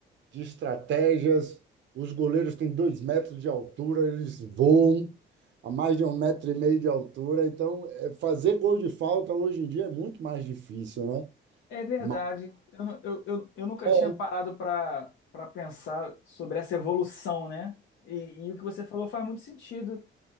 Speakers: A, on the right (about 65°); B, on the left (about 75°).
A: de estratégias. Os goleiros têm dois metros de altura, eles voam a mais de um metro e meio de altura. Então, é, fazer gol de falta hoje em dia é muito mais difícil, né?
B: É verdade.
A: Mas
B: Eu, nu- eu, eu, eu nunca
A: é,
B: tinha parado para para pensar sobre essa evolução, né? E, e o que você falou faz muito sentido.